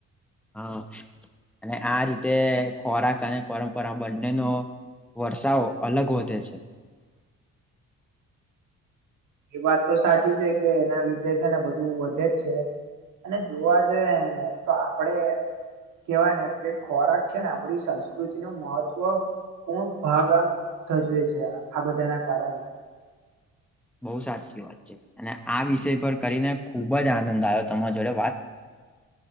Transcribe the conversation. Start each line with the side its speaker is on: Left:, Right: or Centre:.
Centre: હા અને આ રીતે ખોરાક અને પરંપરા બંને નો વરસાવ અલગ વધે છે.
Right: એ વાત તો સાચી છે કે એના લીધે છે ને બધું વધે જ છે. અને જોવા જઈએ ને તો આપડે કેવાય ને કે ખોરાક છે ને આપડી સંસ્કૃતિ નું મહત્વ પૂર્ણ ભાગ આમ ધજવે છે આ બધાના કારણે
Centre: બહુ સાચી વાત છે અને આ વિષય પર કરીને ખુબ જ આનંદ આવ્યો તમારા જોડે વાત